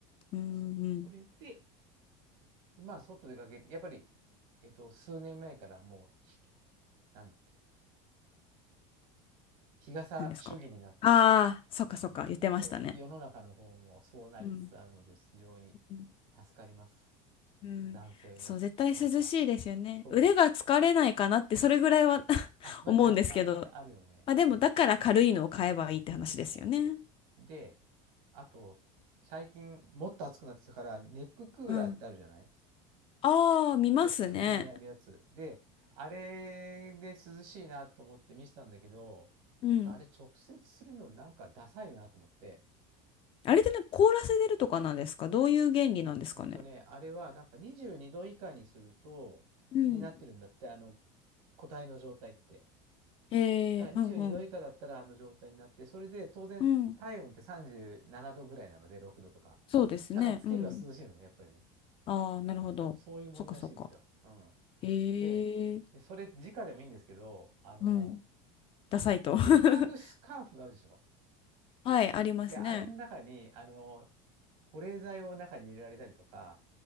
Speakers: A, on the left; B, on the right.
A: うんうん。
B: そうです。それで、まあ外出かけて、やっぱり、えっと、数年前からもうひ、なんだっけ、日傘主義になって、
A: 何ですか。ああ、そっかそっか、
B: うん
A: 言ってましたね。
B: そう世の中の方もそうなりつつあるので、
A: うん。
B: 非常に
A: うん
B: 助かります。
A: うん。
B: 男性の日傘。
A: そう、絶対涼しいですよね。
B: そう。
A: 腕が疲れないかなって、それぐらいは <laughs>
B: あ、まあ、
A: 思うんですけど。
B: 若干ね、あるよね。
A: まあでも、
B: そう。
A: だから軽いのを買えばいいって話ですよね。
B: そうそうそうそう。で、あと、最近、もっと暑くなってきたから、ネッククーラーってあるじゃない
A: うん。ああ、見ますね。
B: こう首にやるやつ。で、あれで涼しいなと思って見せたんだけど、
A: うん。
B: ちょっとあれ直接するのなんかダサいなと思って。
A: あれってなんか凍らせてるとかなんですかどういう原理なんですかね。
B: うんとね、あれはなんか22度以下にすると、
A: うん。
B: になってるんだって、あの、個体の状態って。
A: え
B: だから22度以下だったらあの状態になって、
A: ー、うんうん。
B: それで当然体温って37度ぐらいなので、
A: うん
B: 6度とか。
A: そうですね。
B: だからつければ涼しいのね、
A: うん。
B: やっぱりね。
A: ああ、なるほど。
B: そう、そういうものらしいですよ。
A: そっかそっか。
B: うん。
A: ええ
B: で、でそれ、直でもいいんですけど、あの、
A: うん。ダサいと。<laughs>
B: 首巻くスカーフがあるでしょ
A: はい、ありますね。
B: で、あれの中に、あの、保冷剤を中に入れられたりとか、